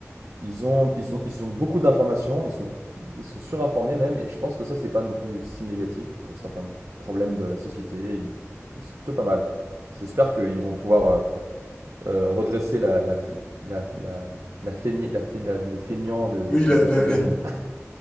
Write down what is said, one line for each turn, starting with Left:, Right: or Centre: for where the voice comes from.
Right: ils ont, ils ont, ils ont beaucoup d'informations, ils sont, ils sont surinformés même, et je pense que ça c'est pas non plus si négatif pour certains problèmes de la société, et- et c'est plutôt pas mal. J'espère qu'ils vont pouvoir euh, euh, redresser la, la, la, la, la feignée- la fe- la- les feignants de,
Left: Oui,
Right: de-
Left: la,
Right: des
Left: la-
Right: années deux
Left: la-
Right: mille